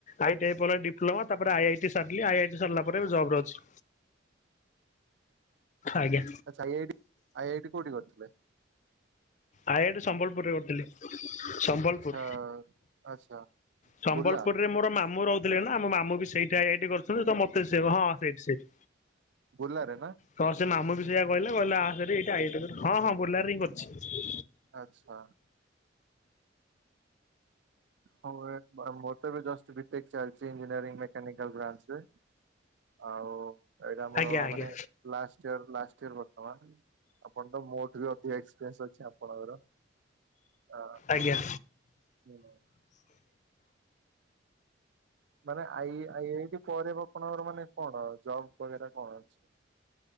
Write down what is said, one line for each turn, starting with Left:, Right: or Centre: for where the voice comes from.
Left: ଆଇ ଟି ଆଇ ପରେ ଡିପ୍ଲୋମା ତାପରେ ଆଇ ଆଇ ଟି ସାରିଲି ଆଇ ଆଇ ଟି ସରଲା ପରେ ଏବେ ଜବରେ
Right: ଆଚ୍ଛା।
Left: ଅଛି। ଆଜ୍ଞା
Right: ଆଛା I I T I I T I I T କୋଉଠି କରିଥିଲେ।
Left: ଆଇ ଆଇ ଟି ସମ୍ବଲପୁରରେ କରିଥିଲି। ସମ୍ବଲପୁର।
Right: ଆଚ୍ଛା ଆଚ୍ଛା।
Left: ସମ୍ବଲପୁରରେ
Right: ବୁର୍ଲା
Left: ମୋର ମାମୁ ରହୁଥୁଲେ ନା ମୋ ମାମୁ ବି ସେଇଠି ଆଇ ଆଇ ଟି କରୁଥୁଲେ ତ ମତେ ସେ ହଁ ସେଇଠି ସେଇଠି।
Right: ବୁର୍ଲାରେ ନା।
Left: ହଁ ସେ ମାମୁ ବି ସେଇୟା କହିଲେ କହିଲେ ଆ ଭାରି ଏଇଠି ଆଇ ଆଇ ଟି କରିବୁ ହଁ ହଁ ବୁର୍ଲାରେ ହିଁ କରଛି।
Right: ଆଚ୍ଛା। ହୋଉ ହେ ଆ ମୋର ତ ଏବେ ଜଷ୍ଟ ବିଟେକ୍ ଚାଲଚି ଇଞ୍ଜିନିୟରିଂ ମେକାନିକାଲ ବ୍ରାଞ୍ଚରେ। ଆଉ ଏଇଟା ଆମର
Left: ଆଜ୍ଞା ଆଜ୍ଞା
Right: ମାନେ ଲାଷ୍ଟ ଇୟର୍ ଲାଷ୍ଟ ଇୟର ବର୍ତ୍ତମାନ। ଆପଣ ତ ମୋଠୁ ବି ଅଧିକ ଏକ୍ସପେରିଏନ୍ସ ଅଛି ଆପଣଙ୍କର। ଆ
Left: ଆଜ୍ଞା।
Right: ହୁଁ, ମାନେ ଆଇ ଆଇ ଆଇ ଟି ପରେ ଆପଣଙ୍କର ମାନେ କଣ ଜବ କରିବାଟା କଣ ଅଛି?